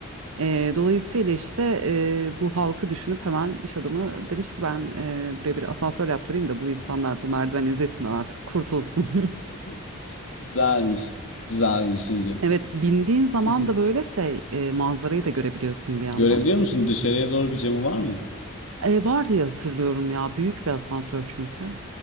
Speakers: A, on the right; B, on the left.
A: Eee, dolayısıyla işte eee, bu halkı düşünüp hemen iş adamı demiş ki ben eee, buraya bir asansör yaptırayım da bu insanlar bu merdiven eziyetinden artık kurtulsun. <laughs>
B: <laughs> Güzelmiş. Güzel bir düşünce.
A: Evet bindiğin zaman
B: Hı
A: da böyle şey eee, manzarayı da görebiliyorsun bir yandan.
B: Görebiliyor musun? Dışarıya doğru bir camı var mı?
A: Eee, var diye hatırlıyorum ya büyük bir asansör çünkü.